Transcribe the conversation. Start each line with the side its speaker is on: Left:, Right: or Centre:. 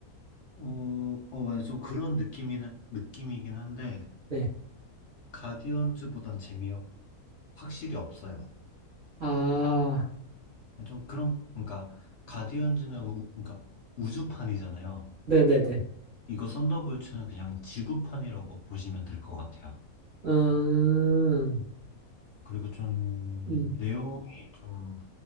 Left: 어, 어, 맞아요. 좀 그런 느낌이긴, 느낌이긴 한데,
Right: 네.
Left: 가디언즈보단 재미 확실히 없어요.
Right: 아,
Left: 네, 좀 그런, 그러니까, 가디언즈는, 우, 그러니까, 우주판이잖아요.
Right: 네네네.
Left: 이거 썬더볼츠는 그냥 지구판이라고 보시면 될 것 같아요.
Right: 음,
Left: 그리고 좀
Right: 음,
Left: 내용이 좀